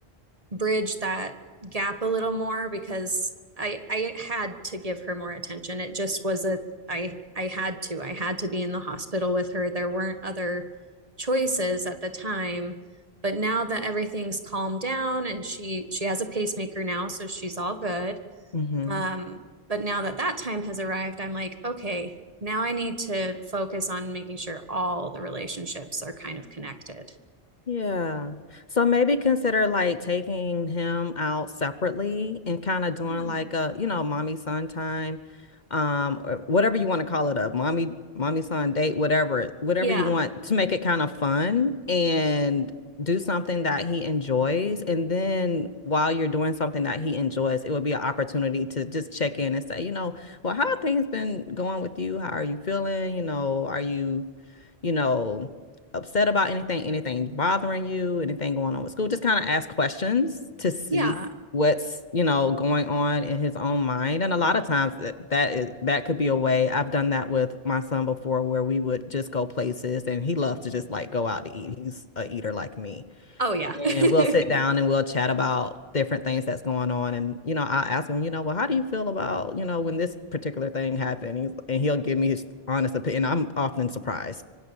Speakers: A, on the right; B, on the left.
A: bridge that gap a little more because I I had to give her more attention. It just was a I I had to. I had to be in the hospital with her. There weren't other choices at the time, but now that everything's calmed down and she she has a pacemaker now, so she's all good.
B: mm-hmm.
A: Um, but now that that time has arrived, I'm like, okay, now I need to focus on making sure all the relationships are kind of connected.
B: Yeah. So maybe consider like taking him out separately and kind of doing
A: Yeah.
B: like a, you know, mommy son time, um, or whatever you want to call it a mommy, mommy son date, whatever, whatever
A: Yeah.
B: you want to make it kind of fun and do something that he enjoys. And then while you're doing something that he enjoys, it would be an opportunity to just check in and say, you know, well, how have things been going with you? How are you feeling? You know, are you, you know, upset about anything, anything bothering you, anything going on with school. Just kind of ask questions to see
A: Yeah.
B: what's, you know, going on in his own mind. And a lot of times that that is that could be a way. I've done that with my son before where we would just go places and he loves to just like go out to eat. He's a eater like me.
A: Oh yeah.
B: And
A: <laughs>
B: we'll sit down and we'll chat about different things that's going on. And, you know, I'll ask him, you know, well, how do you feel about, you know, when this particular thing happened? He's, and he'll give me his honest opinion. I'm often surprised